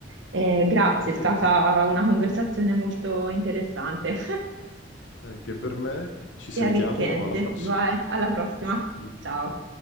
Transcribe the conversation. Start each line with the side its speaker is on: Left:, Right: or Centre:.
Right: Eh, grazie,
Left: Va bene,
Right: è stata una conversazione molto interessante
Left: anche per me,
Right: <laughs>
Left: ci
Right: e
Left: sentiamo
Right: arricchente.
Left: alla prossima.
Right: Vai, alla prossima.
Left: Mhm.
Right: Ciao.